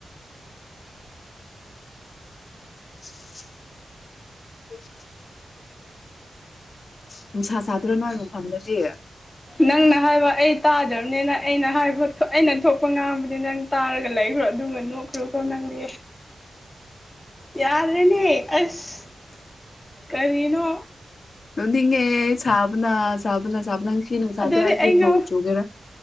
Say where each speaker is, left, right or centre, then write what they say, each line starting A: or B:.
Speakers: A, on the left; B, on the left.
A: <inaudible> ꯑ <inaudible> ꯅꯨꯡꯁꯥ ꯁꯥꯗ꯭ꯔꯥ ꯅꯣꯏ ꯃꯐꯝꯗꯗꯤ
B: ꯅꯪꯅ ꯍꯥꯏꯕ ꯑꯩ ꯇꯥꯗꯝꯅꯤꯅ ꯑꯩꯅ ꯍꯥꯏꯕ ꯊꯣꯛ ꯑꯩꯅ ꯊꯣꯛꯄ ꯉꯥꯡꯕꯅꯦ ꯅꯪ ꯇꯥꯔꯒ ꯂꯩ ꯣ ꯑꯗꯨꯒꯝꯕ ꯅꯣꯛꯈ꯭ꯔꯣꯀꯣ ꯅꯪꯗ ꯌꯥꯗꯦꯅꯦ ꯑꯁ <inaudible> ꯀꯔꯤꯅꯣ
A: ꯑꯗꯨꯅꯤꯡꯉꯦ ꯁꯥꯕꯅ ꯁꯥꯕꯅ ꯁꯥꯕꯅ ꯁꯤ ꯁꯥꯖꯩ
B: ꯑꯗꯨꯗꯤ
A: ꯍꯥꯏꯁꯤ
B: ꯑꯩ
A: ꯉꯧ
B: ꯉꯥꯎ
A: ꯆꯨꯒꯦꯔꯥ